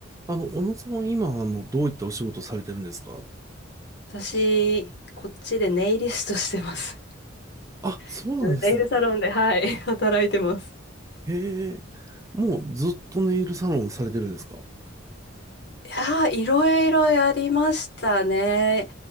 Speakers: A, on the right; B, on the left.
A: あの、小野さんは今、あの、どういったお仕事をされてるんですか
B: 私、こっちでネイリストしてます。
A: あ、そうなんですね。
B: <laughs> ネイルサロンで、はい、<laughs> 働いてます。
A: へえ。もうずっとネイルサロンされてるんですか
B: いやー、いろいろやりましたね。